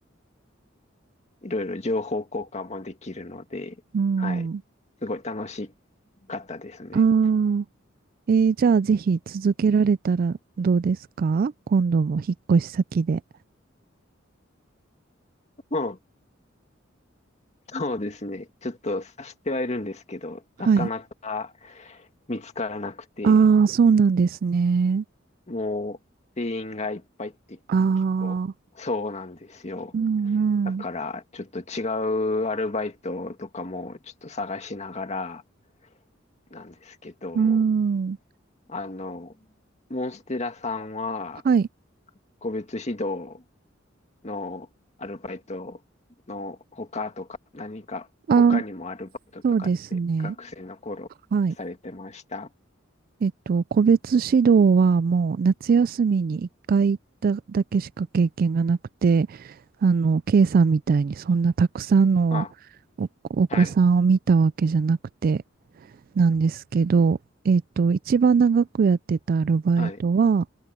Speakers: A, on the left (about 35°); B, on the right (about 50°).
A: いろいろ情報交換もできるので、
B: うん。
A: はい、すごい楽しかったですね。
B: ああ。えー、じゃあぜひ続けられたらどうですか今度も引っ越し先で。
A: うん、そうですね。ちょっと察してはいるんですけど、なかなか
B: はい。
A: 見つからなくて、
B: ああ、そうなんですね。
A: もう、店員がいっぱいって結構、
B: ああ。
A: そうなんですよ。
B: うんう
A: だから、ちょっと違うアルバイトとかもちょっと探しながらなんですけど、
B: ん。うん。
A: あの、モンステラさんは、
B: はい。
A: 個別指導のアルバイトの他とか、何か他にもアルバイトとかって学生の頃されてました
B: ああ、そうですね。はい。えっと、個別指導はもう夏休みに1回行っただけしか経験がなくて、あの、K さんみたいにそんなたくさんのお、
A: あ、
B: お子さんを見たわけじゃなくて
A: はい、
B: なんですけど、えっと、一番長くやってたアルバイトは、
A: はい、